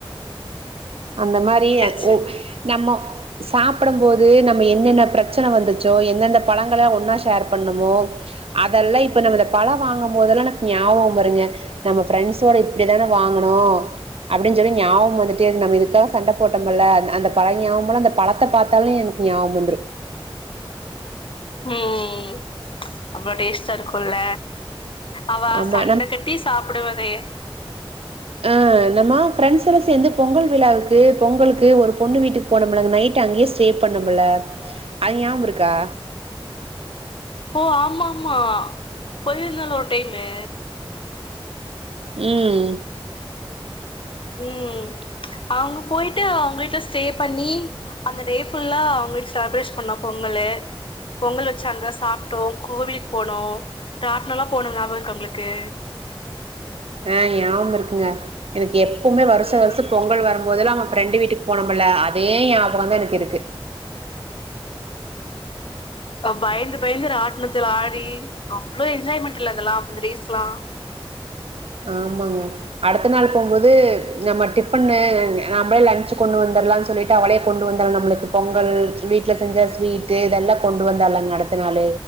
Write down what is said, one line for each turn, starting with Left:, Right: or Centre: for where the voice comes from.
Right: அந்த மாரி
Left: ஹச்சு
Right: ஓ நம்மொ சாப்படும்போது நம்ம என்னென்ன ப்ரெச்சனை வந்துச்சோ எந்தெந்த பழங்களல்லா ஒன்னா ஷேர் பண்ணுமோ அதெல்லா இப்ப நம்ம பழ வாங்கும் போதெல்லா எனக் ஞாபகம் வருங்க நம்ம ஃப்ரெண்ஸோட இப்டித்தானே வாங்குணு அப்டின் சொல்லி ஞாபகோ வந்துட்டே இரு நம்ம இதுக்கு க்காக சண்ட போட்டமல்ல அ அந்த பழய ஞாபமலா அந்த பழத்த பாத்தாலே எனக்கு ஞாபம் வந்துரு
Left: ம் ச்ச் அவ்ளோ டேஸ்டா இருக்குல்ல அவ
Right: ஆமா
Left: சண்ட கட்டி சாப்பிடுவ அதேயே
Right: அ த மா பிரெண்ட்ஸ் சேர்ந்து பொங்கல் விழாவுக்கு பொங்கலுக்கு ஒரு பொண்ணு வீட்டுக்கு போன முல நைட் அங்கேயே ஸ்டே பண்ண முல அது நாவ இருக்கா
Left: ஓ ஆமா ஆமா போயிருந்தல ஒரு டைமு
Right: உம்
Left: உம் அவங்க போயிட்டு அவங்க வீட்டுல ஸ்டே பண்ணி அந்த டே ஃபுல்லா அவங்க வீட்டு செலப்ரேஷ் பண்ண பொங்கல பொங்கல் வெச்சாங்க சாப்பிட்டோ கோவிலுக்கு போனோ ராட்ட்னல்லா போன ஞாபம் இருக்கு உங்களுக்கு
Right: ஆஹ் யாவம் இருக்குங்க எனக்கு எ எப்மே வருசொ
Left: ம்
Right: வருசொ பொங்கல் வரும்போதல்லாம் ஃப்ரெண்டு வீட்டுக்கு போனோமல அதே ஞாபக தா எனக்கு இருக்கு
Left: பயந்து பயந்து ராட்டணத்துலா ஆடி அவ்வளவு என்ஜாய்மெண்ட் இதெல்லா அப்ப இந்த ரீஸ்லா
Right: ஆமாங்க அடுத்த நாள் போவும்போது நம்ம டிஃபன்னு நம்மளே லஞ்சு கொண்டு வந்துரலாம்னு சொல்லிட்டு அவளே கொண்டு வந்தலா நம்மளுக்கு பொங்கல் வீட்டுல செஞ்ச ஸ்வீட்டு இதெல்லா கொண்டு வந்தாலங்க அடுத்த நாள்